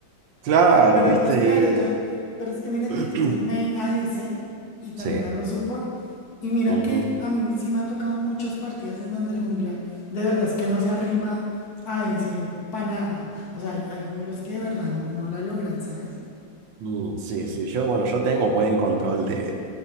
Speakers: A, on the right; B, on the left.
A: claro,
B: Pero
A: ¿viste?
B: pues claro,
A: Y...
B: yo, pero es que mira
A: <clears throat>
B: que yo soy main ADC y también
A: Sí.
B: hago support. Y mira
A: ujú.
B: que a mí sí me ha tocado muchas partidas en donde el jungla, de verdad es que no se arrima a ese para nada. O sea, hay, hay junglos que de verdad no, no la logran, ¿sabes?
A: Mm, Sí, sí, yo, bueno, yo tengo buen control de,